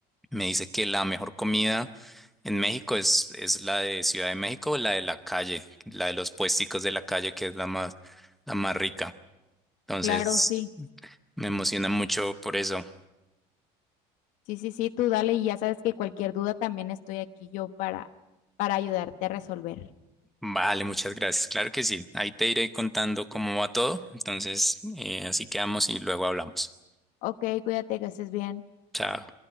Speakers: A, in the centre; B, on the left (about 60°).
A: me dice que la mejor comida en México es, es la de Ciudad de México, la de la calle, la de los puesticos de la calle, que es la más, la más rica. Entonces,
B: Claro, sí.
A: me emociona mucho por eso.
B: Sí, sí, sí, tú dale y ya sabes que cualquier duda también estoy aquí yo para, para ayudarte a resolver.
A: Vale, muchas gracias. Claro que sí. Ahí te iré contando cómo va todo. Entonces, eh, así quedamos y luego hablamos.
B: Ok, cuídate, que estés bien.
A: Chao.